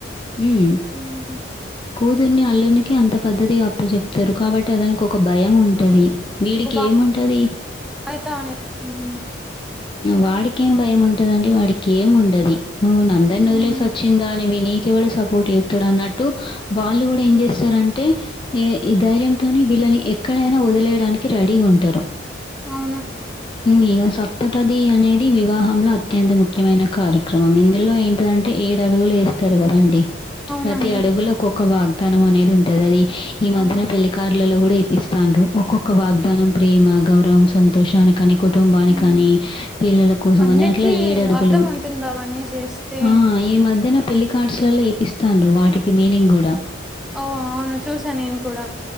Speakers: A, on the left; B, in the centre.
A: ఉమ్
B: హ్మ్.
A: కూతుర్ని అల్లునికి అంత పద్ధతిగా అప్పచెప్తారు కాబట్టి అ దానికి ఒక భయం ఉంటుంది వీడికి
B: ఒక
A: ఏముంటది
B: బాధ్యత అనే హ్మ్
A: వాడికేం భయం ఉంట దండి వాడికి ఏం ఉండది నువ్వు అందరిని
B: హ్మ్.
A: వదిలేసి వచ్చిందా అనివి నీ కెవళ్ళు సపోర్ట్ చేస్తాడు అన్నట్టు వాళ్ళు కూడా ఏం
B: హ్మ్.
A: చేస్తారంటే ఏ ఈ ధైర్యంతోనే వీళ్ళని ఎక్కడైనా వదిలేయడానికి రెడీగా ఉంటారు
B: అవును
A: నేను సప్ సతపది అనేది వివాహంలో అత్యంత ముఖ్యమైన కార్యక్రమం ఇందులో ఏంటదంటే ఏడు అడుగులు వేస్త చెప్తారు కదండి
B: అవునండి
A: ప్రతి అడుగులో ఒక్కొక్క వాగ్దానం అనేది ఉంటది అది ఈ మధ్యన
B: ఆ
A: పెళ్లికార్లలో కూడా ఎపిస్తాండ్రు ఒక్కొక్క వాగ్దానం ప్రేమ గౌరవం సంతోషాని కని కుటుంబ బాని
B: హ్మ్
A: కాని పిల్లల కోసం
B: అన్నిటికీ
A: అని అట్లా ఏడు అడుగులు
B: అర్థం ఉంటుంది అవన్నీ చేస్తే
A: ఆ ఈ మధ్యనే పెళ్లి కార్డ్స్ ల్లో ఏపిస్తాండ్రు వాటికి మీనింగ్ కూడా
B: ఓ అవును చూసా నేను కూడా